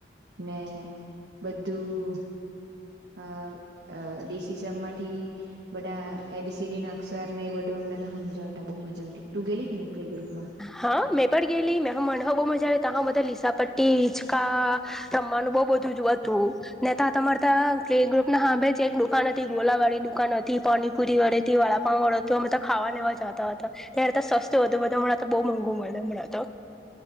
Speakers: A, on the right; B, in the centre.
A: ને બધું અ ડીસી સાહેબ માંથી બધા એબીસીડી ન અક્ષર ને બધું અમને તો સમજાતા બઉુ મજા ઉતી તું ગેલી કે ની? પ્લે ગ્રુપમાં
B: હા મેં પણ ગેલી મે મન બહુ મજા આવે ત્યા બધા લીસા પટ્ટી, હિચકા, રમવાનું બઉ બધું જ હતું, ને ત્યા તમારે ત્યાં- કે ગ્રુપ ના હાભે એક દુકાનન હતી ગોલા વાળી દુકાન હતી, પાણીપુરી વાળી હતી, વાડાપાવ વાળું હતું અમે તો ખાવ વા જતા હતા. ત્યારે તો સસ્તું હતું બધો તો બહુ મોંઘું મળે હમણાં તો